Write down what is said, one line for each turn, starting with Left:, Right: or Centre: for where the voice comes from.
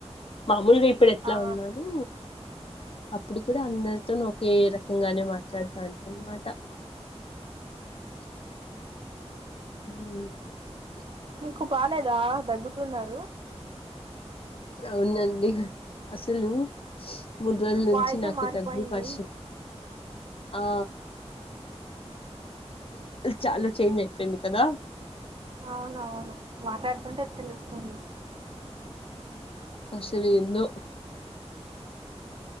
Left: మామూల్గ ఇ ఇప్పుడ్ ఎట్ల
Right: ఆ
Left: ఉన్నాను అప్పుడు కుడా అందర్తోన్ ఒకే రకంగానే మాట్లాడ్తాన్ అన్మాట. ఈ
Right: మీకు బాలేదా దగ్గుతున్నారు.
Left: అవునండి అసలు మూడు రోజుల్ నుంచి
Right: వాయిసే
Left: నాకు
Right: మారిపోయింది
Left: దగ్గు పరశు ఆ చాలా చేంజ్ అయిపోయింది కదా
Right: అవునవును మాట్లాడ్తుంటే తెలుస్తుంది.
Left: అసల్ ఏందో